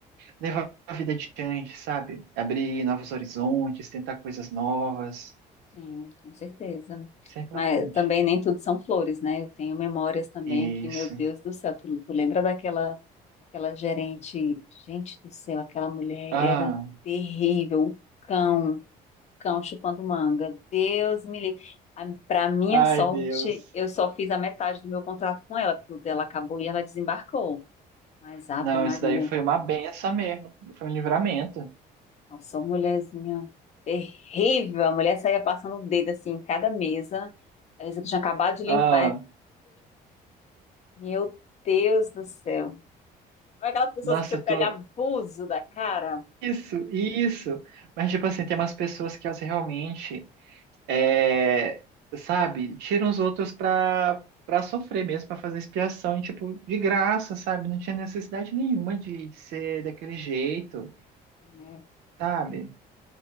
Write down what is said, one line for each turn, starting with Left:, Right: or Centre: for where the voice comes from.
Right: levar a vida adiante, sabe? Abrir novos horizontes, tentar coisas novas.
Left: Sim, com certeza.
Right: Isso é importante.
Left: Mas também nem tudo são flores, né? Eu tenho memórias também
Right: Isso.
Left: que, meu Deus do céu, tu, tu lembra daquela aquela gerente, gente do céu, aquela mulher
Right: Ah,
Left: era terrível, o cão, o cão chupando manga. Deus me livre. A- Pra minha
Right: ai,
Left: sorte,
Right: Deus.
Left: eu só fiz a metade do meu contrato com ela, porque o dela acabou e ela desembarcou. Mas Ave
Right: Não,
Left: Maria,
Right: isso daí foi uma benção mesmo. Foi um livramento.
Left: Nossa, uma mulherzinha terrível. A mulher saía passando o dedo assim em cada mesa. A mesa que tinha acabado de limpar.
Right: Ah,
Left: Meu Deus do céu. Olha aquelas pessoas
Right: nossa,
Left: que você pega
Right: eu tô.
Left: abuso da cara.
Right: Isso, isso. Mas, tipo assim, tem umas pessoas que elas realmente. É, sabe, tira os outros pra, pra sofrer mesmo, pra fazer expiação, e, tipo, de graça, sabe? Não tinha necessidade nenhuma de, de ser daquele jeito,
Left: É,
Right: sabe?